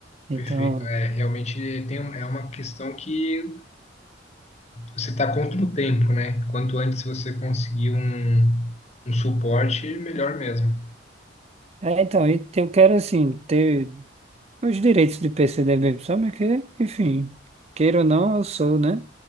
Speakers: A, on the right; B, on the left.
A: Então,
B: Perfeito. É, realmente tem, um- é uma questão que você está contra o tempo, né? Quanto antes você conseguir um, um suporte, melhor mesmo.
A: é, então, e eu quero, assim, ter os direitos de PCDB, sabe? Que, enfim, queira ou não, eu sou, né?